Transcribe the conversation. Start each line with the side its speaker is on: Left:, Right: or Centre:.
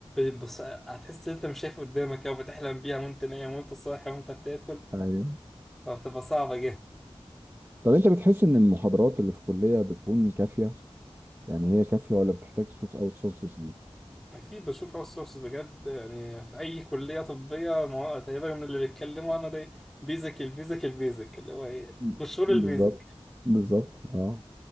Centre: بص... هتحس إن أنت مش شايف قدامك أو بتحلم بيها وأنت نايم وأنت صاحي وأنت بتاكل
Right: ايوه
Centre: فبتبقى صعبة
Right: طب انت بتحس ان المحاضرات اللي في الكلية بتكون كافية يعني هي كافية ولا بتحتاج تشوف اوت سورسز ليك
Centre: اكيد بشوف اوت سورس بجد يعني في اي كليه طبيه ما هو تقريبا من اللي بيتكلموا عنه ده بيزك البيزك البيزك اللي هو ايه
Right: م-
Centre: قشور البيزك
Right: بالظبط بالظبط اه